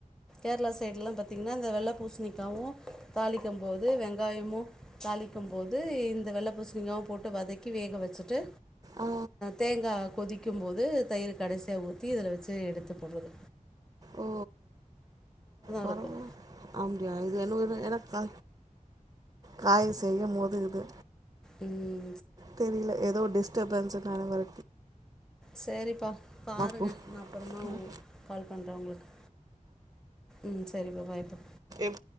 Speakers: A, in the centre; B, on the right.
A: கேரளா சைட்லா பாத்தீங்கனா இந்த வெள்ள பூஷ்ணிக்காவு தாளிக்கம்போது வெங்காயமு தாளிக்கு போது இந்த வெள்ள பூசணிங்காவு போட்டு வதக்கி வேக வச்சுட்டு
B: ஆ
A: தேங்கா கொதி க்கும்போது தயிர் கடசியா ஊத்தி இதில வச்சு எடுத்து போட்றது.
B: ஓ <unintelligible>
A: இருக்கும்
B: அ இது என்னவேனு ஏன்னா கா காய் செய்யு மோது இது
A: உம்
B: தெரீல ஏதோ டிஸ்டர்பன்ஸ் நால வர
A: சேரிப்பா பாருங்க.
B: கூ
A: நா அப்பறமா உங்
B: ம்.
A: கால் பண்ற உங்ளுக்கு உம் செரிப்பா பாய்ப்பா
B: ஆ.